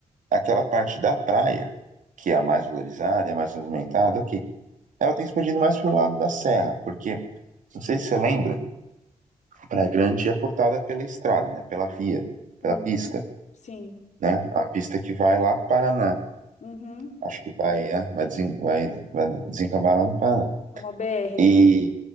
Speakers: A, on the right (about 80°); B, on the left (about 65°).
A: aquela parte da praia, que é a mais valorizada, é a mais movimentada, ok. ela tem expandido mais para o lado da serra, porque, não sei se você lembra, Praia Grande é cortada pela estrada, né? Pela via, pela
B: Uhum.
A: pista,
B: Sim.
A: né? A pista que vai lá para Paraná.
B: Uhum.
A: Acho que vai, é, vai, desen, vai, vai desencavar lá no Paraná.
B: É Uma BR,
A: E
B: né?